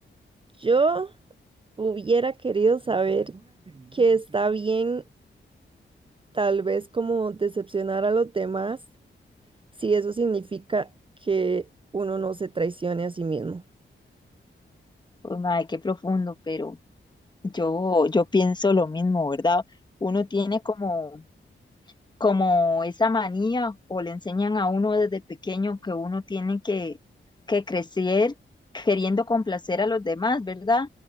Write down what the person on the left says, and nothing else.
Uy, mae, qué profundo, pero yo, yo pienso lo mismo, ¿verdad? Uno tiene como como esa manía o le enseñan a uno desde pequeño que uno tiene que, que crecer queriendo complacer a los demás, ¿verdad?